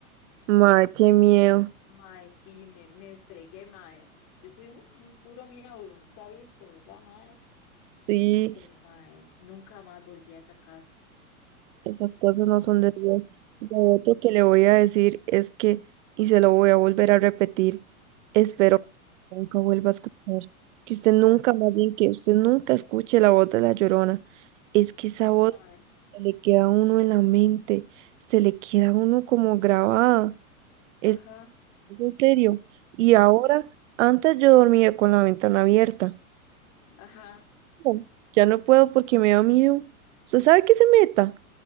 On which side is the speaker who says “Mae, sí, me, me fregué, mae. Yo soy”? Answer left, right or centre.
Left